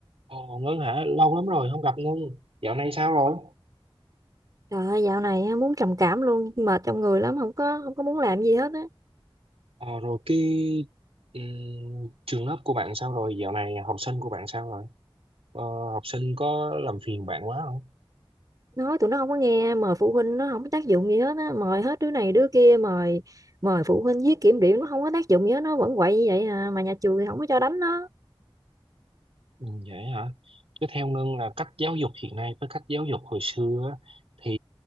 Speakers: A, on the right; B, on the right.
A: Ờ, Ngân hả? Lâu lắm rồi không gặp Ngân. Dạo này sao rồi?
B: Trời ơi, dạo này á, muốn trầm cảm luôn, mệt trong người lắm, không có không có muốn làm gì hết á.
A: Ờ, rồi cái ừm, trường lớp của bạn sao rồi? Dạo này học sinh của bạn sao rồi? Ờ, học sinh có làm phiền bạn quá không?
B: Nói tụi nó không có nghe, mời phụ huynh nó không có tác dụng gì hết á, mời hết đứa này đứa kia, mời mời phụ huynh viết kiểm điểm nó không có tác dụng gì hết, nó vẫn quậy như vậy à, mà nhà trường thì không có cho đánh nó.
A: Ừ, vậy hả? Chứ theo Ngân là cách giáo dục hiện nay với cách giáo dục hồi xưa á, thì